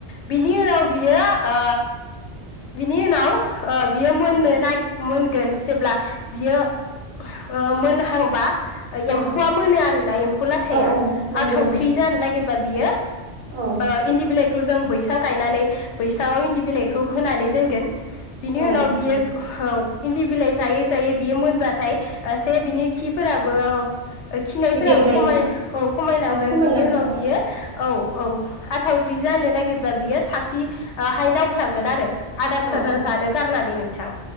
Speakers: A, on the left; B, on the right.
A: बि नि उनाव बियो ओ बिनि उनाव ओ बियो मोननो
B: औ
A: नागि मोनगोन जेब्ला बियो ओ मोनहांबा ओ
B: औ
A: एम्फौआ मोनो आरोना एम्फौ लाथाया
B: औ
A: आ
B: औ नंगौ
A: थावख्रि
B: नंगौ
A: जानो नागिरबा बियो
B: औ
A: ओ इन्दि बिलाइखौ जों बैस सां गायनानै बैसाङाव इन्दि बिलाइखौ होनानै दोनगोन बिनि
B: औ
A: उनाव
B: नंगौ
A: बियो औ इन्दि बिलाइ जायै जायै बियो मोनबाथाय ओ-से बिनि खिफोराबो खिनायफोराबो
B: गिदिर जायो
A: खमाय औ खमायलांगोन
B: औ खमायलाङो
A: बिनि उनाव
B: औ
A: बियो औ। औ आथावख्रि जानो नागिरब्ला बियो साथि ओ-हाय दावखोलांगोन आरो। आदार
B: औ
A: सादार
B: औ
A: जानो गारनानै नोंथां